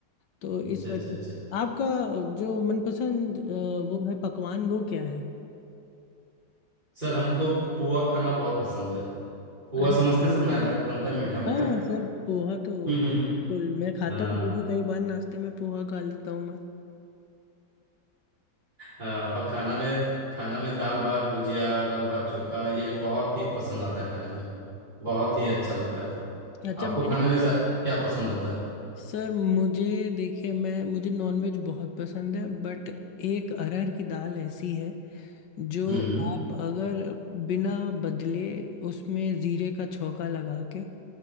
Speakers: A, on the left; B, on the right.
A: तो इस
B: अच्छा अच्छा
A: वजह
B: अच्छा
A: से आपका जो मनपसंद अ, वो है पकवान वो क्या है
B: सर हमको पुआ खाना बहुत पसंद है पुआ
A: अरे
B: समझते हैं सर मैदा का बनता है मीठा मीठा
A: हाँ सर पोहा तो
B: हम्म
A: बिल्कुल
B: हम्म हम्म।
A: मैं खाता
B: हाँ,
A: हूँ बल्कि कई बार नाश्ते में पोहा खा लेता हूँ मैं
B: हाँ और खाना में खाना में दाल भात भुजिया दाल भात चोखा ये बहुत ही पसंद आता है खाने में बहुत ही अच्छा लगता है वो
A: अच्छा
B: आपको
A: मैंने
B: खाने में ज्यादा क्या पसंद होता है
A: सर मुझे देखिए मैं मुझे नॉनवेज बहुत पसंद है बट एक अरहर की दाल ऐसी है जो
B: हम्म
A: आप अगर बिना बदले उसमें जीरे का छौंका लगा के